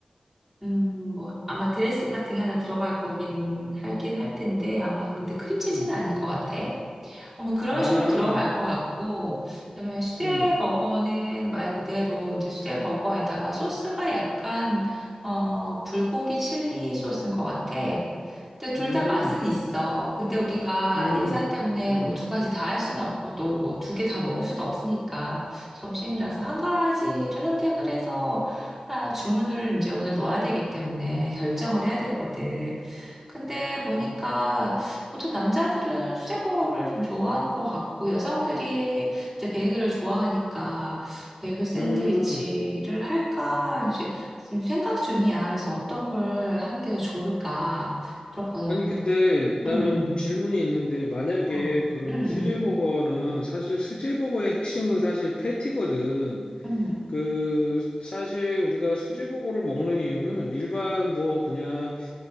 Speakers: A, in the centre; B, on the left (about 50°).
A: 음, 뭐 아마 드레싱 같은 게 하나 들어갈 거긴 하긴 할 텐데 아마 근데 크림치즈는
B: 음,
A: 아닐 것 같아. 어, 뭐 그런
B: 아,
A: 식으로 들어갈 것 같고, 그다음에 수제
B: 음.
A: 버거는 말 그대로 이제 수제 버거에다가 소스가 약간 어 불고기 칠리 소스인 것 같아. 근데 둘
B: 음,
A: 다 맛은 있어. 근데 우리가
B: 음,
A: 예산 때문에
B: 음,
A: 뭐 두 가지 다 할 수는 없고 또 뭐 두 개 다 먹을 수도 없으니까 점심이라서 한 가지를 선택을 해서 아, 주문을 이제 오늘 넣어야 되기 때문에 결정을 해야 되거든. 근데 보니까 보통 남자들은 수제버거를 좀 좋아하는 것 같고, 여성들이 이제 베이글을 좋아하니까, 베이글 샌드위치를
B: 음.
A: 할까, 이제 지금 생각 중이야. 그래서 어떤 걸 하는 게 더 좋을까. 그렇거든.
B: 아니, 근데 나는
A: 응, 응,
B: 질문이 있는데, 만약에
A: 어,
B: 그러면
A: 응,
B: 수제버거는
A: 응,
B: 사실 수제버거의 핵심은 사실 패티거든.
A: 응, 응.
B: 그, 사실 우리가 수제버거를 먹는 이유는 일반 뭐 그냥